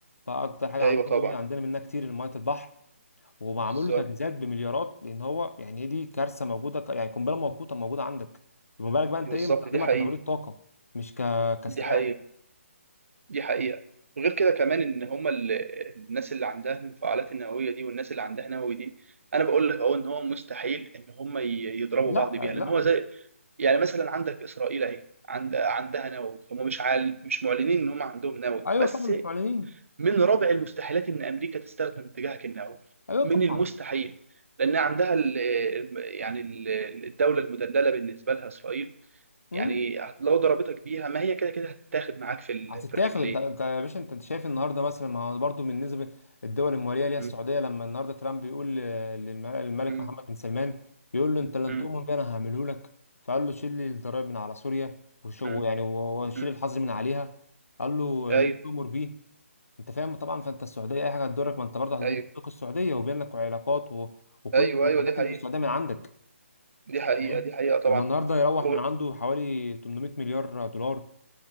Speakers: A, on the left; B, on the right.
A: فاكتر حاجه
B: ايوه
A: عندهم
B: طبعا
A: ايه عندنا منها كتير ميه البحر ومعمول
B: بالظبط
A: له تجهيزات بمليارات لان هو يعني دي كارثه موجوده ك- يعني قنبله موقوته موجوده عندك فما بالك بقى انت
B: بالظبط
A: ايه مستخدمها
B: دي حقيقة
A: كتوليد طاقه مش ك... كسلاح
B: دي حقيقة دي حقيقة غير كده كمان ان هما ال- الناس اللي عندها المفاعلات النووية دي والناس اللي عندها نووي دي انا بقول لك اهو ان هو مستحيل ان هما ي- يضربوا
A: لا
B: بعض بيها
A: لا
B: لان هو زي يعني مثلا عندك اسرائيل اهي عند عندها نووي هم مش عال مش معلنين ان هم عندهم نووي
A: ايوه
B: بس
A: طبعا مش معلنين
B: من رابع المستحيلات ان امريكا تستخدم اتجاهك النووي
A: ايوه
B: من
A: طبعا
B: المستحيل لان عندها ال يعني ال- الدوله المدلله بالنسبه لها اسرائيل يعني
A: مم.
B: لو ضربتك بيها ما هي كده كده هتتاخد معاك في ال-
A: هتتاخد
B: في الرجلين
A: انت انت يا باشا انت انت شايف النهارده مثلا ما هو برضه بالنسبه الدول المواليه ليها
B: مم.
A: السعوديه لما النهارده ترامب بيقول للم- للملك
B: مم.
A: محمد بن سلمان بيقول له انت لن
B: مم.
A: تؤمن بي انا هعمله لك فقال له شيل لي الضرائب من على سوريا وشو
B: مم.
A: يعني و- وشيل
B: مم.
A: الحظر من عليها قال له
B: ايوه
A: ليه تؤمر بيه انت فاهم طبعا فانت السعوديه اي حاجه هتضرك ما انت برضه هتضرك
B: ايوه
A: السعوديه وبينك علاقات و... وكل
B: ايوه
A: الحاجات
B: ايوه دي
A: اللي
B: حقيقه
A: في السعوديه من عندك
B: دي حقيقه
A: فاهم
B: دي حقيقه طبعا
A: لما النهارده يروح
B: و...
A: من عنده حوالي 800 مليار دولار